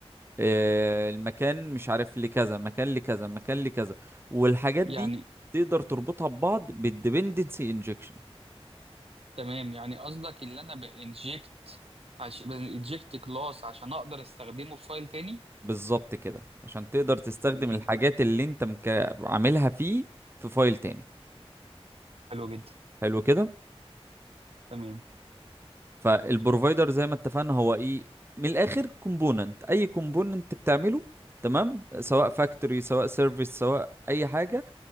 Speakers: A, on the right; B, on the right.
A: آه، المكان مش عارف لكذا مكان لكذا مكان لكذا والحاجات
B: يعني
A: دي تقدر تربطها ببعض بالديبندنسي انجكشن
B: تمام يعني قصدك اللي انا بانجكت عش... بانجكت كلاس عشان اقدر استخدمه في فايل تاني
A: بالظبط كده عشان تقدر تستخدم
B: تمام
A: الحاجات اللي انت مك... عاملها فيه في فايل تاني
B: حلو جدا
A: حلو كده
B: تمام
A: فالبروفايدر زي ما اتفقنا هو ايه من الاخر كومبوننت اي كومبوننت بتعمله تمام سواء فاكتوري سواء سيرفيس سواء اي حاجه